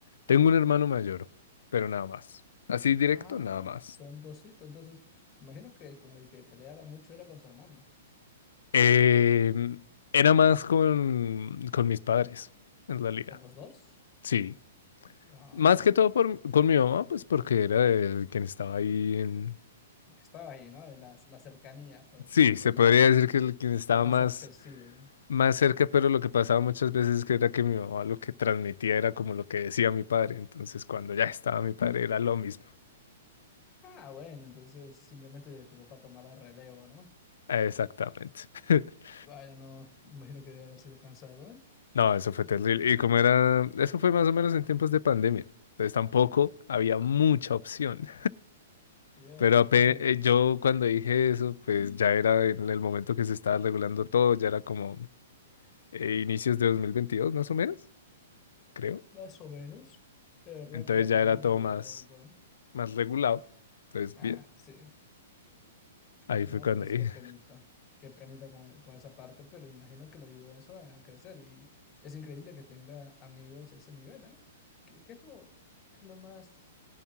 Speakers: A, on the left; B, on the left.
A: Tengo
B: mu-
A: un hermano mayor, pero nada más. Así directo,
B: Ah,
A: nada más.
B: son dositos. Entonces, imagino que con el que peleaba mucho era con su hermano.
A: Eh, era más con, con mis padres, en realidad.
B: ¿Con los dos?
A: Sí.
B: Ah,
A: Más que todo por, con mi mamá, pues porque era el quien estaba ahí en...
B: es que estaba ahí, ¿no? En la, la cercanía, por así
A: Sí,
B: decirlo,
A: se
B: la,
A: podría decir que el quien estaba
B: lo más
A: más,
B: accesible.
A: más cerca, pero lo que pasaba muchas veces que era que mi mamá lo que transmitía era como lo que decía mi padre. Entonces, cuando ya estaba mi padre, era lo mismo.
B: Ah, bueno, entonces simplemente tu papá tomaba el relevo, ¿no?
A: Exactamente. <laughs>
B: Vaya, no, me imagino que debe haber sido cansado, ¿eh?
A: No, eso fue
B: Mm.
A: terrible. Y como era, eso fue más o menos en tiempos de pandemia. Entonces tampoco
B: Uh,
A: había mucha opción.
B: Dios
A: Pero ape-
B: mío,
A: eh, yo cuando dije eso, pues ya era en el momento que se estaba regulando todo, ya era como eh, inicios de 2022 más o menos, creo.
B: más o menos. De verdad
A: Entonces
B: que la
A: ya
B: pandemia
A: era todo
B: duró,
A: más,
B: bueno.
A: más regulado. Entonces,
B: Ah,
A: bien,
B: sí.
A: ahí
B: Ah,
A: fue
B: no,
A: cuando
B: pues
A: dije,
B: qué penita. Qué penita con, e- con esa parte, pero imagino que lo ayudó eso a crecer. Y es increíble que tenga amigos a ese nivel, ¿eh? ¿Qué, qué es lo, qué es lo más,